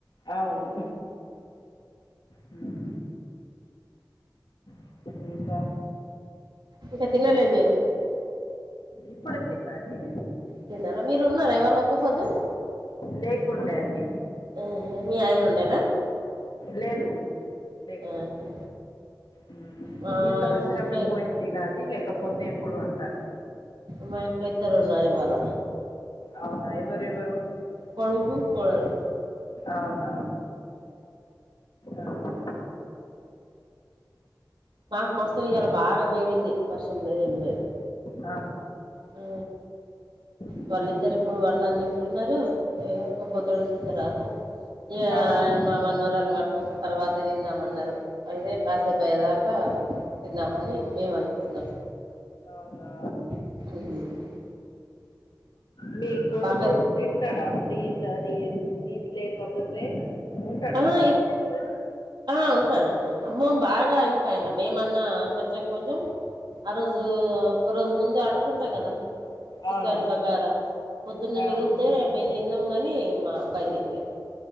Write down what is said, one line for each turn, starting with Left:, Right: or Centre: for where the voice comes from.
Left: అవును హ్మ్. చెప్పు ఇంకా
Right: ఇంకా తినలే మీరు
Left: ఇప్పుడే తిన్నాండి నేను
Right: తిన్నారా మీరు ఉన్నారా ఇవాళ ఒక్క పొదు
Left: లేకుండే అది
Right: ఊహూ మీ ఆయన ఉండేదా
Left: లేదు లేకుండె.
Right: ఆహా
Left: ఊ
Right: మా
Left: ఈ సంవత్సరమే
Right: ఇంట్లో
Left: పోయింది తినాది లేకపోతే ఎప్పుడు ఉంటా నేను
Right: మా ఇంట్ల ఇద్దరున్నారివాళ
Left: అవునా ఎవరెవరూ?
Right: కొడుకూ కోడల్
Left: అవునా? ఆహా.
Right: మాకు మస్తు
Left: ఇంకా
Right: ఇయ్యల బాగా వేడుంది. వర్షం లేదు ఏమి లేదు
Left: ఆ
Right: ఊ
Left: ఉమ్.
Right: వాళ్ళిద్దరు ఇప్పుడు అన్నం తింటున్నరూ ఏ ఒక్కపొద్దు విడిచిన తర్వాత ఏ
Left: ఆహా.
Right: ఆ ఎ మా మన్వరాల్ని వట్టుకొ ఇప్పుడు తర్వాత తిందామన్నారు. అయితే కాసేపయ్యేదాక హా తిన్నామనీ మేము అనుకున్నాం
Left: అవునా?
Right: <unintelligible>
Left: మీ కొడుకూ
Right: బాగా
Left: తింటాడా మరి ఇద్ అది నీట్ లేకపోతే? ఉంటడా
Right: ఆ
Left: టెన్ డేస్స్
Right: ఆ ఉంటడుంటడు అమ్మొ బాగా ఇంకా ఆయన మేమన్నా కొంచెం కొంచెం ఆ రోజూ ఒక్క రోజు ముందే అండుకుంటం గదా! చికెన్
Left: అవును
Right: బగారా పొద్దున్న
Left: ఆ,
Right: మిగిలితే మేం తిన్నం గానీ మా అబ్బాయి తిన్లే